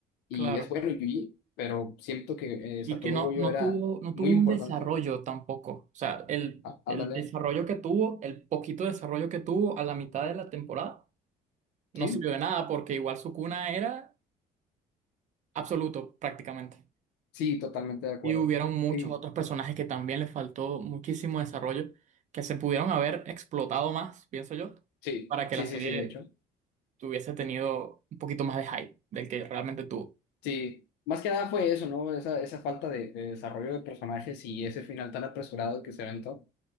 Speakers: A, on the left; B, on the right.
A: y
B: claro.
A: es bueno Yuji, pero siento que eh,
B: Y
A: Satoru
B: que no,
A: Gojo
B: no
A: era
B: tuvo, no tuvo
A: muy
B: un
A: importante.
B: desarrollo tampoco. O sea, el,
A: Ah,
B: el
A: ándale,
B: desarrollo que tuvo, el poquito desarrollo que tuvo a la mitad de la temporada, no
A: ¿sí?
B: sirvió de nada, porque igual su cuna era absoluto prácticamente.
A: Sí, totalmente de acuerdo.
B: Y hubieron muchos
A: Sí,
B: otros personajes que también les faltó muchísimo desarrollo, que se pudieron haber explotado más, pienso yo,
A: sí,
B: para que
A: sí,
B: la serie
A: sí, sí, de hecho.
B: tuviese tenido un poquito más de hype del que realmente tuvo.
A: Sí. Más que nada fue eso, ¿no? Esa, esa falta de, de desarrollo de personajes y ese final tan apresurado que se aventó.